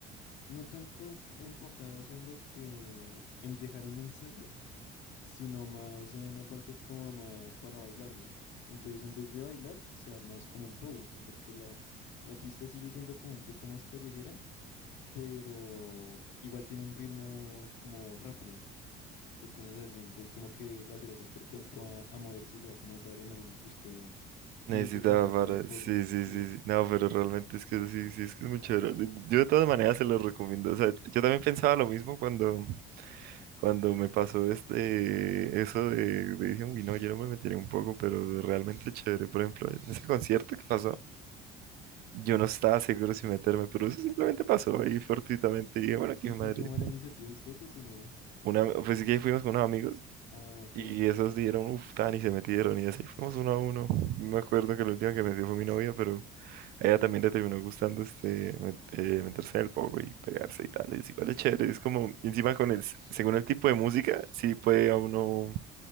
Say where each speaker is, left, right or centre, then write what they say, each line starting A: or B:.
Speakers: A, on the left; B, on the right.
A: no tanto enfocadas en lo que, en dejar un mensaje, sino más en una parte como más para bailarlo. Entonces, en vez de bailar, se arma es como un pogo, porque la, la pista sigue siendo como un poco más callejera pero igual tiene un ritmo como rápido o cosas así. Entonces como que le acelera a usted el cuerpo a, a moverse y le da como esa adrenalina que usted
B: Necesitaba
A: me dice que encuentra
B: para...
A: en el pogo.
B: Sí, sí,
A: Sí.
B: sí, sí. No, pero realmente es que sí, sí, es que es muy chévere. Yo de todas maneras se lo recomiendo. O sea, yo también pensaba lo mismo cuando, cuando me pasó este... Eso de... de Dije, uy, no, yo no me metería un poco, pero realmente es chévere. Por ejemplo, en ese concierto que pasó. Yo no estaba seguro si meterme, pero eso simplemente pasó ahí fortuitamente. Y dije, bueno, aquí
A: ¿Y
B: en
A: quién
B: Madrid
A: toma la iniciativa, usted o su novia?
B: Una, pues sí que fuimos con unos amigos
A: Ah, ok.
B: y esos dieron, uff, tan y se metieron y así fuimos uno a uno. Me acuerdo que la última que metió fue mi novia, pero a ella también le terminó gustando este, met- eh, meterse en poco y pegarse y tal. Es igual es chévere, es como, y encima con el, s- según el tipo de música, sí puede a uno